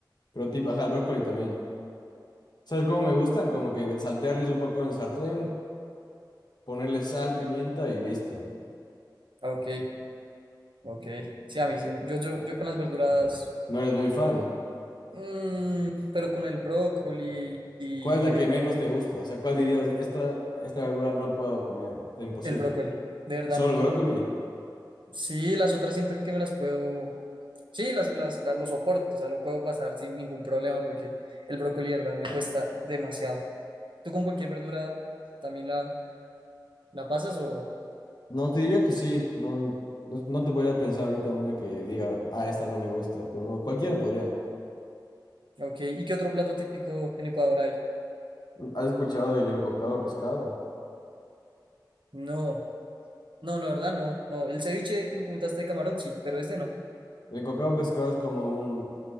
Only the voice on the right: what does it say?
Ah, Ok, ok. Sí, a mí sí. no. Yo, yo, yo con las verduras,
mm, pero con el brócoli y
el,
el brócoli. De verdad,
no
puedo.
Sí, las otras siento que me las puedo, sí, las, las, las- lo soporto, o sea, lo puedo pasar sin ningún problema porque el brócoli, de verdad, me cuesta demasiado. ¿Tú con cualquier verdura también la, la pasas o,
ok, ¿y qué otro plato típico en Ecuador hay?
No, no, la verdad no, no, el ceviche que me comentaste de camarón, sí, pero este no.